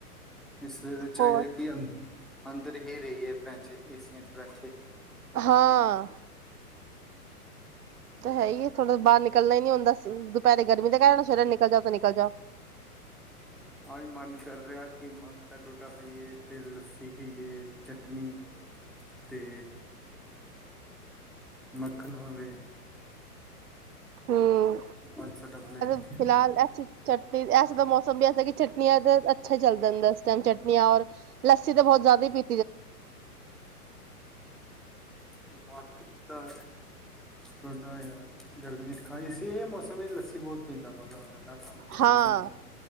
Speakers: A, in the centre; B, on the right (about 70°).
A: ਇਸ ਲਈ ਤਾਂ ਚਾਹੀਦਾ
B: ਹੋਰ
A: ਕਿ ਅੰਦਰ ਹੀ ਰਹੀ ਹੈ ਫੈ ਏਸੀਆਂ ਚ ਬੈਠੇ,
B: ਹਾਂ, ਤਾਂ ਹੈ ਹੀ ਥੋੜਾ ਬਾਹਰ ਨਿਕਲ ਨਿਕਲਣਾ ਹੀ ਨੀ ਹੁੰਦਾ ਦੁਪਹਿਰੇ ਗਰਮੀ ਦੇ ਕਾਰਨ ਸਵੇਰੇ ਨਿਕਲ ਜਾ ਤਾਂ ਨਿਕਲ ਜਾ,
A: ਅੱਜ ਮਨ ਕਰ ਰਿਹਾ ਕਿ ਮਗ ਦਾ ਟੋਡਾ ਖਾਈਏ ਤੇ ਲੱਸੀ ਪੀਏ ਚਟਨੀ ਤੇ, ਮੱਖਣ ਹੋਵੇ,
B: ਹੂੰ,
A: ਅੱਜ ਸਾਡਾ ਪਲੈਨ ਹੈ
B: ਫਿਲਹਾ ਲਸੀ ਚਟਨੀ ਐਸੇ ਤਾਂ ਮੌਸਮ ਵੀ ਐਸਾ ਕਿ ਚਟਨੀ ਅੱਜ <inaudible> ਅੱਛੇ ਚੱਲਦਾ ਜਾਂਦਾ ਇਸ ਟਾਈਮ ਚਟਨੀਆਂ ਔਰ ਲੱਸੀ ਤਾਂ ਬਹੁਤ ਜ਼ਿਆਦਾ ਹੀ ਪੀ
A: ਹੂੰ ਮਗ ਦਾ, ਥੋਡਾ ਯਾਰ ਗਰਮੀਆਂ ਚ ਖਾਈਏ ਅਸੀ ਇਹ ਮੌਸਮ ਵਿੱਚ ਲੱਸੀ ਬਹੁਤ ਪੀਂਦਾ ਮਜ਼ਾ ਆਦਾ। ਨਾਲ ਅੰਬ ਦੀ
B: ਹਾਂ
A: ਚਟਨੀ ਹੋ